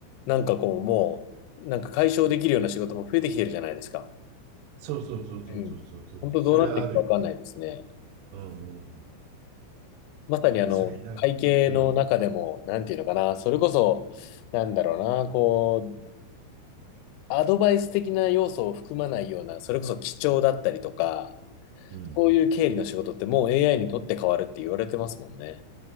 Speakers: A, on the left (about 90°); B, on the right (about 85°).
A: なんかこうもう、なんか解消できるような仕事も増えてきてるじゃないですか。
B: そうそうそうそうそうそうそう、
A: うん。本当どうなっていくかわかんないですね。
B: それはあるよね。うんうん。
A: まさにあの、
B: それな、
A: 会計の中でも、
B: うん
A: なんていうのかな、それこそ、なんだろうな、こう、アドバイス的な要素を含まないような、それこそ基調だったりとか、
B: うん。
A: こういう経理の仕事ってもう AI にとって変わるって言われてますもんね。